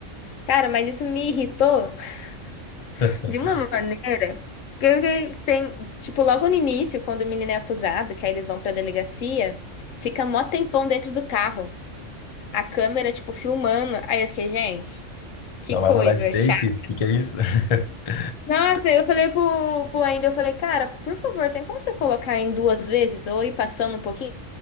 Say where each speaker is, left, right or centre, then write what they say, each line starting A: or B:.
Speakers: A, on the left; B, on the left.
A: Cara, mas isso me irritou <laughs>
B: <laughs>
A: de uma maneira que eu fiquei- tem, tipo, logo no início, quando o menino é acusado, que aí eles vão pra delegacia, fica mó tempão dentro do carro. a câmera, tipo, filmando. Aí eu fiquei, gente, que
B: Não
A: coisa
B: vai mudar de take?
A: chata.
B: O que que é isso? <laughs>
A: Nossa, aí eu falei pro, pro ainda, eu falei, cara, por favor, tem como você colocar em duas vezes ou ir passando um pouquinho?